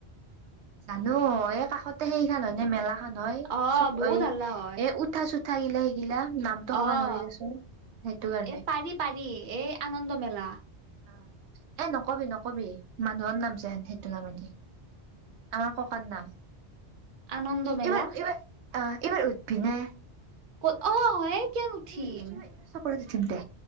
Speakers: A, on the right (about 85°); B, on the right (about 55°).
A: জানো এই কাষতে সেইখন হয়নে মেলা নহয়
B: অ'
A: চব
B: বহুত
A: এ
B: হাল্লা হয়
A: এ উঠা চোঠা এইঘিলা সেইগিলা। নামটো
B: অ'
A: কবা নোৱাৰিলে আছো সেইটো কাৰণে
B: এ পাৰি পাৰি এই আনন্দ মেলা
A: অ এ নকবি নকবি মানুহৰ নাম যেন সেইটো নামতে আমাৰ ককাৰ নাম।
B: আনন্দ মেলা
A: এইবাৰ এইবাৰ অ এইবাৰ উঠবি নে
B: ক'ত অ অ ক উঠিম
A: এই এইবাৰ এইবাৰ চকৰিত উঠিম দে